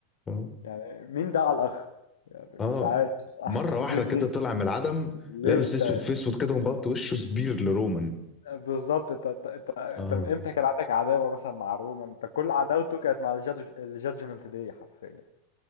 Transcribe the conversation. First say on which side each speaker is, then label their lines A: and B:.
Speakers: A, on the left (about 20°); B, on the left (about 60°).
A: آه.
B: يعني مين ده على الاخر يعني
A: اه
B: مش عارف صح
A: مرة
B: <laughs> جه
A: واحدة
B: منين
A: كده طلع من العدم
B: ليه
A: لابس
B: انت
A: اسود في اسود كده ومغطي وشه سبير لرومان
B: بالظبط انت انت انت انت
A: اه
B: من امتى كان عندك عداوه مثلا مع رومان انت كل عداوته كانت مع الجادج الجادجمنت داي حرفيا